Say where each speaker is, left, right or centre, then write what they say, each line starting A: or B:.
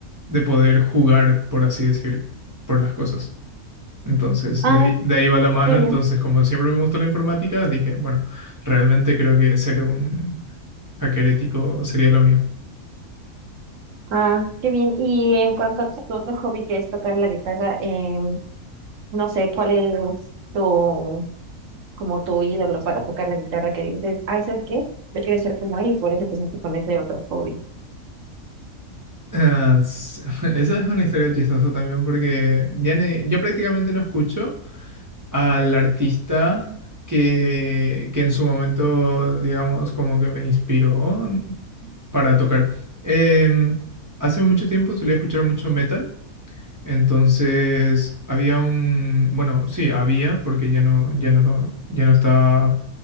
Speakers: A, on the right (about 20°); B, on the right (about 65°).
A: de poder jugar, por así decir, por las cosas. Entonces,
B: Ay,
A: de ahí, de ahí va la mano.
B: qué bien.
A: Entonces, como siempre me gustó la informática, dije, bueno, realmente creo que ser un hacker ético sería lo mío.
B: Ah, qué bien. Y en cuanto a tu otro hobby que es tocar la guitarra, em, no sé, ¿cuál es tu, como tu ídolo para tocar la guitarra que dices, ay, ¿sabes qué? Yo quiero ser como él y por eso empezaste con ese otro hobby.
A: Ah, s- <laughs> esa es una historia chistosa también porque ya, ne- ya prácticamente no escucho. al artista que, que en su momento, digamos, como que me inspiró para tocar. Em, hace mucho tiempo solía escuchar mucho metal, entonces había un, bueno, sí, había, porque ya no, ya no, ya no está